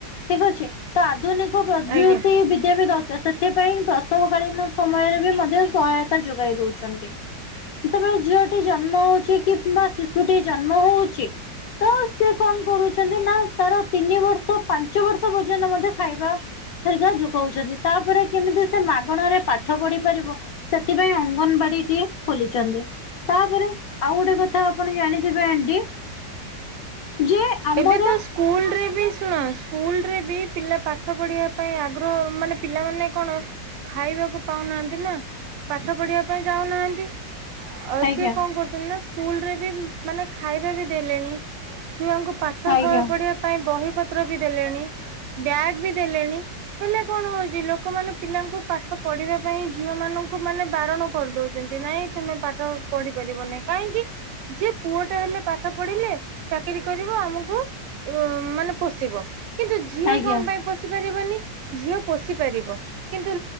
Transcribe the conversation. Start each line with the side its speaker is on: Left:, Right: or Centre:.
Left: ଠିକ୍ ଅଛି। ତ ଆଧୁନିକ ପ୍ରଯୁତି
Right: ଆଜ୍ଞା
Left: ବିଦ୍ୟା ବି ଦରକାର। ସେଥିପାଇଁ ପ୍ରସବ କାଳୀନ ସମୟରେ ବି ମଧ୍ୟ ସହାୟତା ଯୋଗାଇ ଦଉଛନ୍ତି। ଯେତେବେଳେ ଝିଅଟି ଜନ୍ମ ହଉଛି, କିମ୍ବା ଶିଶୁଟି ଜନ୍ମ ହଉଚି ତ ସେ କନ୍ କରୁଛନ୍ତି! ନା, ତାର ତିନି ବର୍ଷ ପାଞ୍ଚ ବର୍ଷ ତ ପର୍ଯ୍ୟନ୍ତ ମଧ୍ୟ ଖାଇବା ହେରିକା ଯୋଗଉଛନ୍ତି। ତାପରେ କେମିତି ସେ ମାଗଣାରେ ପାଠ ପଢି ପାରିବ, ସେଥିପାଇଁ ଅଙ୍ଗନବାଡି ଟିଏ ଖୋଲି ଚନ୍ତି। ତା'ପରେ ଆଉ ଗୋଟେ କଥା ଆପଣ ଜାଣିଥିବେ ଆଣ୍ଟି? ଯେ ଆମର
Right: ଏବେ ତ ସ୍କୁଲ ରେ ବି ଶୁଣ, ସ୍କୁଲ୍ ରେ ବି ପିଲା ପାଠ ପଢିବା ପାଇଁ ଆଗ ଗ୍ରହ ମାନେ ପିଲାମାନେ କଣ ଖାଇବାକୁ ପାଉନାହାଁନ୍ତି ନା! ପାଠ ପଢିବା ପାଇଁ ଯାଉନାହାଁନ୍ତି। ଅ
Left: ଆଜ୍ଞା
Right: ସିଏ କଣ କରୁଛନ୍ତି ନା! ସ୍କୁଲ୍ ରେ ବି ମାନେ ଖାଇବା ବି ଦେଲେଣି। ଛୁଆଙ୍କୁ ପାଠ
Left: ଆଜ୍ଞା
Right: ପ-ପଢିବା ପାଇଁ ବହି ପତ୍ର ବି ଦେଲେଣି। ବ୍ୟାଗ୍ ବି ଦେଲେଣି। ହେଲେ କଣ ହଉଛି? ଲୋକମାନେ ପିଲାଙ୍କୁ ପାଠ ପଢିବା ପାଇଁ ଝିଅ ମାନଙ୍କୁ ମାନେ ବାରଣ କରିଦଉଛନ୍ତି। ନାଇଁ, ତୁମେ ପାଠ ପଢି ପାରିବନି କାହିଁକି? ଯିଏ ପୁଅ ଟେ ହେଲେ ପାଠ ପଢିଲେ, ଚାକିରି କରି କରିବ, ଆମକୁ ମାନେ ପୋଷିବ। କିନ୍ତୁ ଝିଅ
Left: ଆଜ୍ଞା
Right: କଣ ପାଇଁ ପୋଷି ପାରିବନି। ଝିଅ ପୋଷି ପାରିବ। କିନ୍ତୁ